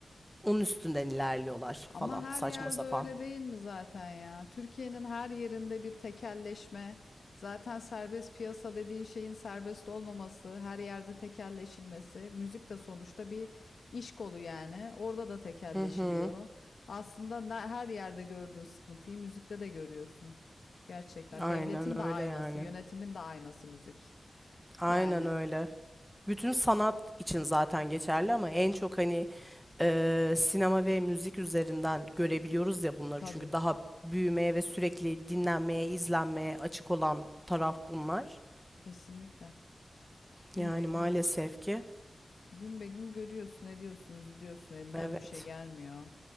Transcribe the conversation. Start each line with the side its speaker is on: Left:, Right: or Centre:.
Centre: onun üstünden ilerliyorlar
Left: Ama
Centre: falan
Left: her
Centre: saçma
Left: yerde
Centre: sapan.
Left: öyle değil mi zaten ya? Türkiye'nin her yerinde bir tekelleşme. Zaten serbest piyasa dediğin şeyin serbest olmaması, her yerde tekelleşilmesi. Müzik de sonuçta bir iş kolu yani. Orada da tekelleşiliyor.
Centre: Hı hı.
Left: Aslında ne- her yerde gördüğün sıkıntıyı müzikte de görüyorsun. Gerçekten.
Centre: Aynen
Left: Devletin de
Centre: öyle
Left: aynası,
Centre: yani.
Left: yönetimin de aynası müzik.
Centre: Aynen
Left: Yani
Centre: öyle. Bütün sanat için zaten geçerli ama en çok hani e, sinema ve müzik üzerinden görebiliyoruz ya bunları.
Left: tabii,
Centre: Çünkü daha büyümeye ve sürekli dinlenmeye, izlenmeye açık olan taraf bunlar.
Left: kesinlikle. Gün
Centre: Yani
Left: be gün
Centre: maalesef ki
Left: Gün be gün görüyorsun, ediyorsun, üzülüyorsun, elinden
Centre: evet.
Left: bir şey gelmiyor.